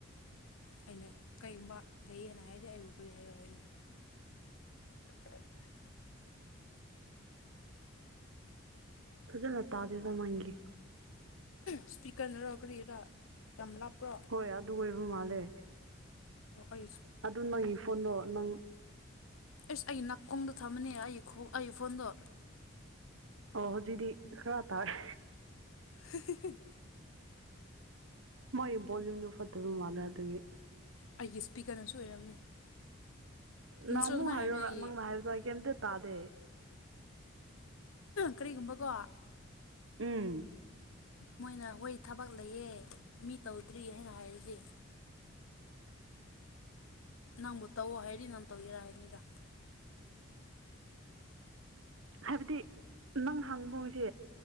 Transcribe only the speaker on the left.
ꯑꯩꯅ ꯀꯔꯤꯒꯨꯝꯕ ꯂꯩꯌꯦꯅ ꯍꯥꯏꯗꯤ ꯑꯩꯕꯨ ꯀꯔꯤ ꯍꯥꯏꯌꯣ ꯍꯥꯏꯅꯣ <inaudible>
ꯏꯁꯄꯤꯀꯔꯅꯔꯣ ꯀꯔꯤꯔꯥ ꯌꯥꯝ ꯂꯥꯞꯄ꯭ꯔꯣ
ꯑꯣ ꯑꯩ
ꯑꯦꯁ ꯑꯩ ꯅꯥꯀꯣꯡꯗ ꯊꯝꯃꯅꯦ ꯑꯩꯈꯣꯡ ꯑꯩꯒꯤ ꯐꯣꯟꯗꯣ
<inaudible>
ꯑꯩꯒꯤ ꯏꯁꯄꯤꯀꯔꯅꯁꯨ ꯑꯣꯏꯔꯝꯅꯤ
ꯃꯤꯁꯨ ꯑꯗꯨꯃꯥꯏꯅ
ꯍꯥꯏꯕꯅꯦ ꯑꯩꯒꯤ
ꯀꯔꯤꯒꯨꯝꯕꯀꯣ
ꯃꯣꯏꯅ ꯍꯣꯏ ꯊꯕꯛ ꯂꯩꯌꯦ ꯃꯤ ꯇꯧꯗ꯭ꯔꯤ ꯍꯥꯏꯅ ꯍꯥꯏꯔꯗꯤ ꯅꯪꯕꯨ ꯇꯧꯑꯣ ꯍꯥꯏꯗꯤ ꯅꯪ ꯇꯧꯒꯦꯔꯥ ꯍꯥꯏꯕꯅꯤꯗ